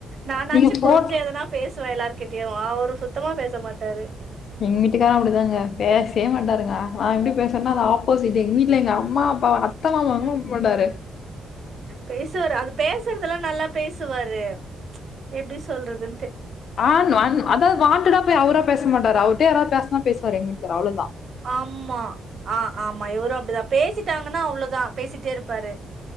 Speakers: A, on the right; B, on the left.
A: நானாச்சு
B: நீங்க ஃபோட்
A: கொஞ்சொ எதனா பேசுவே எல்லார் கிட்டயு அவரு சுத்தமா பேச மாட்டாரு.
B: எங்க வீட்டுக்காரு அப்படிதாங்க பேசய மாட்டாருங்க நா எப்படி பேசுறேன்னா அது ஆப்போசிட் எங்க வீட்டுல எங்க அம்மா அப்பா த்தமா <unintelligible>
A: ம் பேசுவாரு அது பேசுறதெல்லா நல்லா பேசுவாரு எப்டி சொல்றது
B: ஆன் ஒன் அதாவது வான்ண்டடா போய் அவரா பேச மாட்டாரு அவர்ட்ட யாராவது பேசனா பேசுவாரு எங் வீட்டுக்கார் அவ்ளோதா
A: ஆமா ஆ ஆமா இவரு அப்படிதா பேசிட்டாங்கன்னா அவ்ளோதா பேசிட்டே இருப்பாரு